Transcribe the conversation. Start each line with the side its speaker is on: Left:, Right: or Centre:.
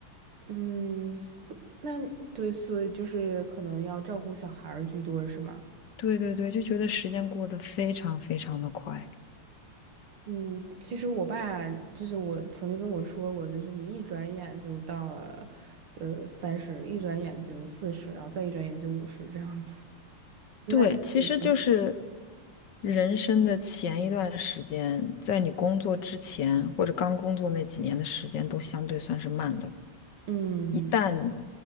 Right: 嗯，所那对，所以就是可能要照顾小孩儿居多，是吗？
Left: 对对对，就觉得时间过得非常非常的快。
Right: 嗯，其实我爸就是我曾经跟我说过，就是你一转眼就到了，呃，三十，一转眼就四十，然后再一转眼就五十这样子。
Left: 对，
Right: <laughs>
Left: 其实就是人生的前一段时间，在你工作之前或者刚工作那几年的时间都相对算是慢的。
Right: 嗯，
Left: 一旦
Right: 嗯